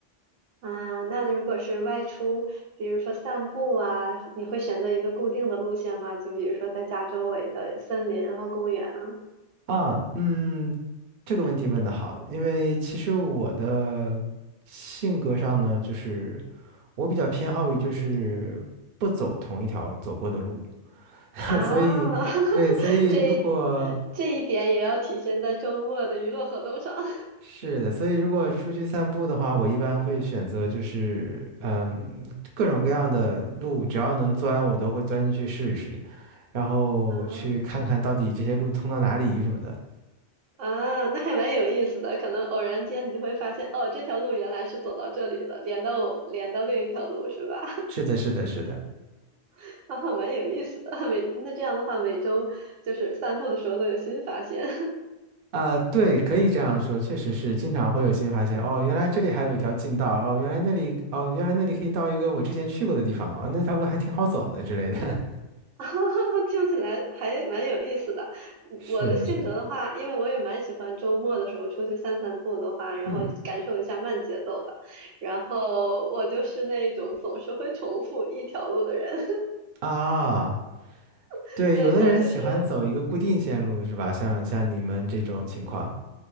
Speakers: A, on the right; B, on the right.
A: 啊，那如果是外出，比如说散步啊，你会选择一个固定的路线吗？就比如说在家周围的森林和公园啊？
B: 啊，嗯，这个问题问的好，因为其实我的性格上呢，就是我比较偏好于就是不走同一条走过的路，<laughs>
A: 啊，
B: 所以对，
A: <laughs>
B: 所以如果
A: 这一这一点也要体现在周末的娱乐活动上 <laughs>
B: 是的，所以如果出去散步的话，我一般会选择就是嗯各种各样的路，只要能钻我都会钻进去试一试，然后去看看到底这些路通到哪里什么的。
A: 啊。啊，那还蛮有意思的。可能偶然间你就会发现，哦，这条路原来是走到这里了，连到我连到另一条路，是吧？
B: 是的，是的，是的。
A: <laughs> 然后蛮有意思的。每那这样的话，每周就是散步的时候都有新发现，
B: 啊，对，可以这样说，确实是经常会有新发现。哦，原来这里还有一条近道，哦，原来那里，哦，原来那里可以到一个我之前去过的地方，啊、那条路还挺好走的之类的。
A: <laughs> 啊，听起来还蛮有意思的。
B: <laughs> 是的，
A: 我的性格的话，
B: 是的，
A: 因为我也蛮喜欢周末的时候出去散散步的话，然后感受一下慢节奏的。
B: 嗯
A: 然后我就是那种总是会重复一条路的人。
B: 啊，
A: <laughs>
B: 对，
A: 对，
B: 有的人喜欢走一个固定线路是吧？
A: 我就是
B: 像像你们这种情况。